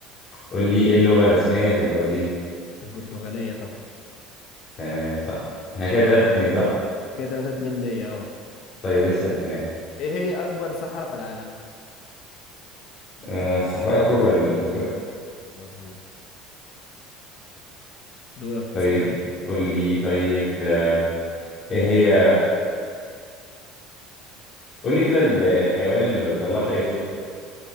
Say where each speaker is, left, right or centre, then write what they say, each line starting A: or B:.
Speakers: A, on the left; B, on the left.
A: قول لي ايه اللغة الرسمية في البرازيل
B: البرتغالية طبعا
A: تمام صح احنا كده 3 2 صح
B: كده 3 2 ليا اه
A: طيب اسأل تمام
B: إيه هي أكبر صحراء في العالم
A: آه الصحراء الكبرى اللي في افريقيا
B: مظبوط دورك تسألني
A: طيب قول لي طيب آه، ايه هي قول لي كده ال- الحيوان اللي ما بيطلعش اي صوت